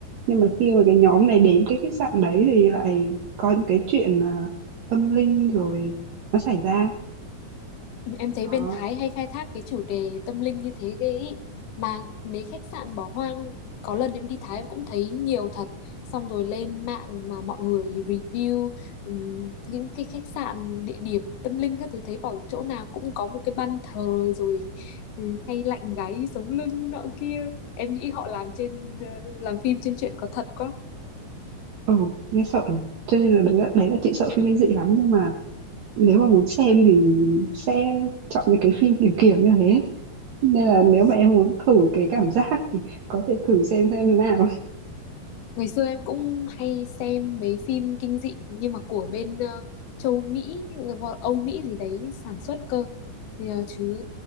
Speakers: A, on the right; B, on the left.
A: nhưng mà khi mà cái nhóm này đến cái khách sạn đấy thì lại có những cái chuyện à, tâm linh rồi nó xảy ra
B: Em thấy
A: đó
B: bên Thái hay khai thác cái chủ đề tâm linh như thế ghê ý. Mà mấy khách sạn bỏ hoang, có lần em đi Thái cũng thấy nhiều thật. Xong rồi lên mạng mà mọi người review ừm, những cái khách sạn, địa điểm tâm linh các thứ thấy bảo chỗ nào cũng có một cái ban thờ rồi ừ, hay lạnh gáy sống lưng nọ kia. Em nghĩ họ làm trên ờ, làm phim trên chuyện có thật quá.
A: ừ nghe sợ nhỉ cho nên là đấy là đấy
B: Ừ.
A: là chị sợ phim kinh dị lắm nhưng mà nếu mà muốn xem thì sẽ chọn những cái phim kiểu kiểu như thế nên
B: Ừ.
A: là nếu mà em muốn thử cái cảm giác thì có thể thử xem xem nào
B: Ngày xưa em cũng hay xem mấy phim kinh dị nhưng mà của bên ờ, châu Mỹ, ờ, Âu Mỹ gì đấy sản xuất cơ. Thì ờ, chứ